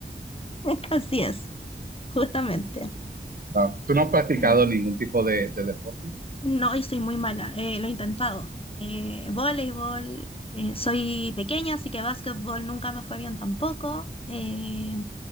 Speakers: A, on the left; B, on the right.
A: <laughs> Así es, justamente.
B: no. ¿Tú no has practicado
A: Buenísimo.
B: ningún tipo de, de deporte?
A: No, y soy muy mala, eh, lo he intentado. Eh, voleibol, eh, soy pequeña, así que básquetbol nunca me fue bien tampoco. Eh,